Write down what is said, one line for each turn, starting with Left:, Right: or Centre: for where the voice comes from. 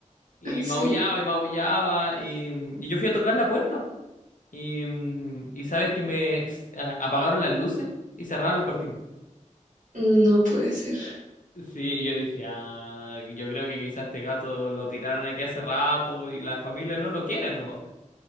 Left: y
Right: Ah, Sí.
Left: maullaba y maullaba. Y, mm, y yo fui a tocar la puerta y, mm, y sabes que me s- a- apagaron las luces y cerraron las cortinas.
Right: No puede ser.
Left: Sí, yo dije, ah, yo creo que quizás este gato lo tiraron aquí hace rato y la familia no lo quiere, ¿no?